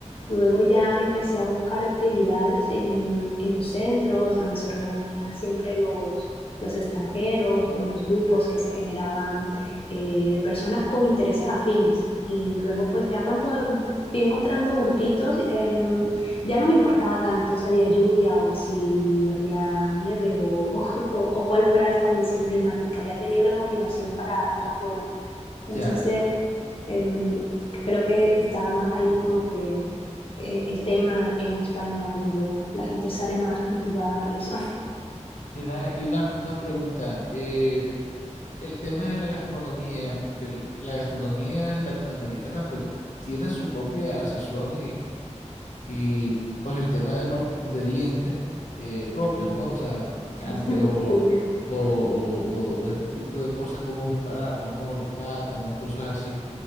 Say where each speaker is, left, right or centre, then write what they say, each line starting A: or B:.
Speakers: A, on the left (about 50°); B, on the left (about 80°).
A: Luego ya empecé a buscar actividades en, en los centros donde se reunían siempre los, los extranjeros o en los grupos que se generaban eh, de personas con intereses afines. Y luego pues ya cuando fui encontrando grupitos, em, ya no me importaba tanto si había lluvia o si había nieve o, <laughs> o, o cuál fuera la condición climática, ya tenía una motivación para ir afuera. Entonces,
B: Ya,
A: em, creo que está más ahí como que eh, el tema en España o en Noruega. La gente sale más motivada por eso.
B: mira, y una, una pregunta. eh, el tema de la gastronomía, porque el- la gastronomía latinoamericana pues tiene su propia sazón Y pues el tema de los ingredientes eh, propios, ¿no? O sea, los picantes
A: <laughs>
B: o, o,
A: Sí.
B: o- o este tipo de cosas, cómo prepararlas, ¿no? Los plátanos, cosas así.